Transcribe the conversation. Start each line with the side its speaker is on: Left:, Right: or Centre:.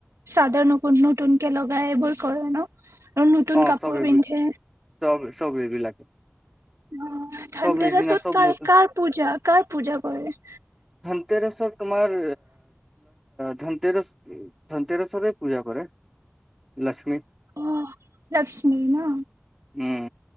Right: চাদৰ নতুন নতুন কে লগায় এইবোৰ কৰে ন? আৰু নতুন
Centre: অ
Right: কাপোৰ
Centre: চব এইবিল
Right: পিন্ধে।
Centre: চব চব এইবিলাকে
Right: অ' ধঠানডে
Centre: চব এইদিনা
Right: ৰাছত
Centre: চব
Right: কাৰ
Centre: নতুন
Right: কাৰ পূজা কাৰ পূজা কৰে?
Centre: ধন তেৰশৰ তোমাৰ ধনতেৰ ধনতেৰসৰে পূজা কৰে লক্ষ্মী।
Right: অ' লক্ষ্মি ন
Centre: উম